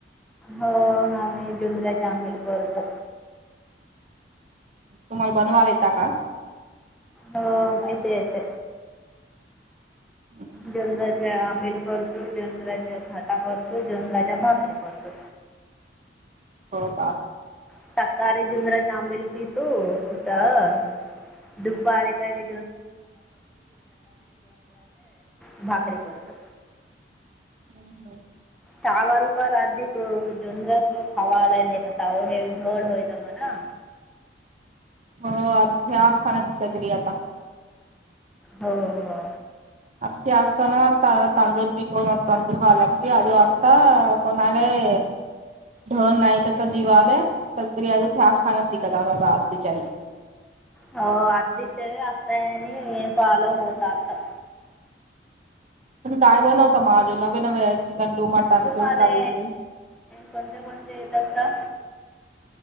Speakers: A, in the centre; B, on the right (about 40°).
A: हो आम्ही जुनऱ्याचे आंबल करतो.
B: तुम्हाला बनवाला येता का?
A: हो. येत येत.
B: हम्
A: झुंजऱ्याचे आमिल करतो. झुंबर याचे घाटा करतो. झुंबऱ्याचे भाकरी करतो.
B: हो का?
A: <unintelligible> दुपारी काही <unintelligible> भाकरी करतो.
B: हम् हम् <inaudible>
A: चावल प अध जोरस खावालायख हे धोड होयत म्हणा
B: हो आता ह्या स्थानाची सगरी आता.
A: हो हो.
B: अ जास्तना आता तांडूर पीिकवन तंडू खावा लागते अध वाता पुना नाई ढन नाहीत तर दिवाले, सग्री आता ह खान्यात शिकत आज बिचारी.
A: हो, अधीच आता आणि हे फलो होत आता.
B: पण काय बनवत मा आजो नवे न रस्टिकं लो मटन
A: तुमाले
B: लो फ्राई लो
A: कोणत्या कोणत्या येत असता?